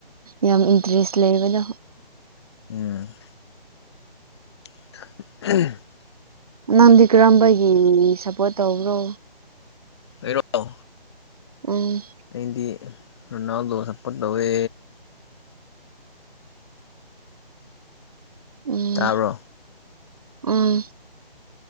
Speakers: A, on the right (about 40°); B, on the left (about 25°).
A: ꯌꯥꯝ ꯏꯟꯇꯔꯦꯁ ꯂꯩꯕꯗꯣ
B: ꯎꯝ ꯎ <unintelligible>
A: ꯅꯪꯗꯤ ꯀꯔꯝꯕꯒꯤ ꯃꯤ ꯁꯞꯄꯣꯔꯠ ꯇꯧꯕ꯭ꯔꯣ
B: ꯑꯩꯔꫭ
A: ꯎꯝ
B: ꯑꯩꯗꯤ ꯔꯅꯥꯜꯗꯣ ꯁꯄꫭꯠ ꯇꯧꯋꯦ
A: ꯎꯝ
B: ꯇꯥꯕ꯭ꯔꯣ
A: ꯎꯝ